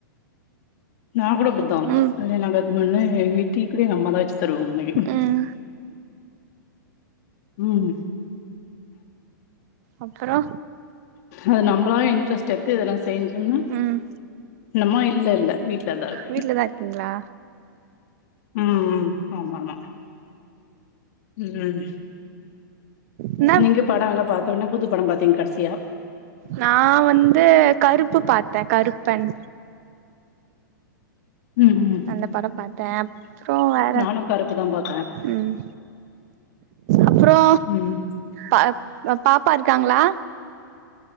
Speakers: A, on the left; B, on the right.
A: நா கூட அப்டித்தா
B: ம்
A: கல்யாண ஆகாதக்குமுன்னே டீக்கூட எங்க அம்மாதா வெச்சி தருவாங்க எனக்கு
B: ம்
A: ம்
B: அப்புறோ
A: அது நம்பளா இன்ட்ரெஸ்ட் எத்து இதெல்லா செய்ஞ்சோம்னா
B: ம்
A: நம்மொ இல்லல்ல வீட்ல தா இருக்கு
B: வீட்லதா இருக்கீங்ளா
A: ம் ம் ஆமாமா ம்கும்
B: என்ன
A: நீங்க படோ எல்லா பாத்தோன்ன புது படம் பாத்தீங் கடசியா
B: நா வந்து கருப்பு பாத்த கருப்பன்
A: ம் ம்
B: அந்தப் படம் பாத்த அப்றோ வேற
A: நானு கருப்பு தா பாத்தே
B: ம் அப்றோ
A: ம்
B: ப அ பாப்பா இருக்காங்ளா